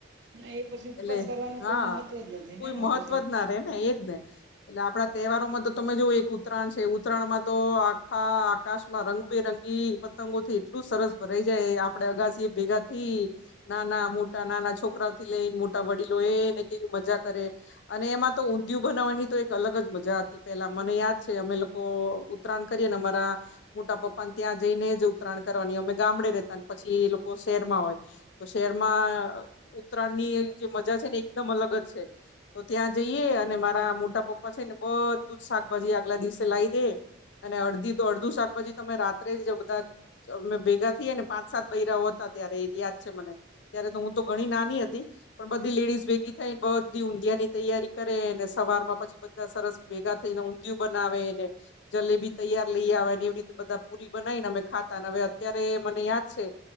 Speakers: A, on the right (about 70°); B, on the left (about 65°).
A: ના એ પછી ઉપવાસ
B: એટલે
A: કરવાનું
B: હા
A: કોઈ મહત્વ જ નથી
B: કોઈ
A: ને
B: મહત્વ
A: પછી
B: જ ના રે ને, એ જ ને એટલે આપડા તહેવારોમાં તો તમે જોઓ એક ઉત્તરાયણ છે, ઉત્તરાયણમાં તો આખા આકાશમાં રંગબેરંગી પત તંગોથી એટલું સરસ ભરાઈ જાય, આપણે અગાસીએ ભેગા થી નાના મોટા નાના છોકરાઓથી લઈને મોટા વડીલો એ ને કેવી મજા કરે. અને એમાં તો ઊંધિયું બનાવવાની તો એક અલગ જ મજા હતી, પેલા મને યાદ છે અમે લોકો ઉત તરાણ કરીએ ને અમારા મોટા પપ્પાન ત્યાં જઈને જ ઉત્તરાયણ કરવાની, અમે ગામડે રહેેતા ન પછી એ લોકો સ શહેરમાં હોય, તો શહેરમાં અ ઉત્તરાયણની જે મજા છે ને એકદમ અલગ જ છે. તો ત્યાં જઈએ અને મારા મોટા પપ્પા છે ને બધું જ શાકભાજી આગલા દિવસે લાઈ દે. અને અડધી તો અડધું શાકભાજી તો અમે રાત્રે જ બધા અમે ભેગા થઈએ ને પાંચ સાત બૈરાંઓ હત તા ત્યારે એ જ યાદ છે મને, ત્યારે હું તો ઘણી નાની હતી પણ બધી લેડીઝ ભેગી થઇને, બધી ઊંધિયાની તૈયારી કરે ને સવારમાં પછી બધા સરસ ભેગા થઈને ઊંધિયું બનાવે ને જલેબી તૈયાર લઈ આવે ને, એવી રીતે બધા પુરી બનાઈન અમે ખાતા ને હવે અત્યારે મને યાદ છે